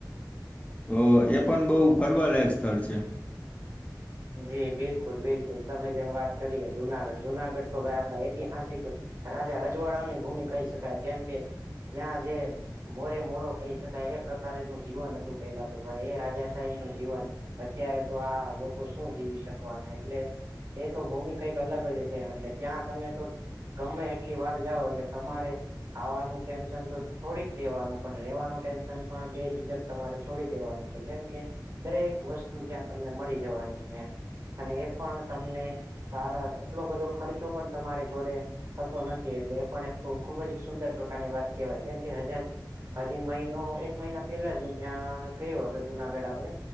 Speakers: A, on the left (about 20°); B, on the right (about 50°).
A: તો એ પણ બહુ ફરવા લાયક સ્થળ છે
B: જી બિલકુલ બિલકુલ તમે જેમ વાત કરી કે જુનાગઢ જુનાગઢ તો ભાઈ આપડા ઐતિહાસિક રાજા રજવાડાની ભૂમિ કહી શકાય કેમ કે ત્યાં જે મોરે મોરો કહી શકાય એ પ્રકાર ન જીવન હતું પેહેલા તો ભાઈ એ રાજાશાહી નું જીવન અત્યારે તો આ લો કો શું જીવી શકવાના એટલે એ તો ભૂમિ કઈક અલગ જ છે એટલે ત્યાં તમને તો ગમે એટલી વાર જાઓ એટલે તમારે ખાવાનું ટેન્શન તો છોડી જ દેવાનું પણ રેવાનું ટેન્શન પણ બે <unintelligible> તમારે છોડી દેવાનું છે કેમ કે દરેક વસ્તુ ત્યાં તમને મળી જવાની છે અને એ પણ તમને સારા એટલો બધો ખર્ચો પણ તમારે જોડે થતો નથી એટલે એ પણ એક ખૂબ જ સુંદર પ્રકારની વાત કેહેવાય કેમ કે હજાજ હજી મહિનો એક મહિના પેલા જ હું ત્યાં ગયો હતો જુનાગઢ આપડે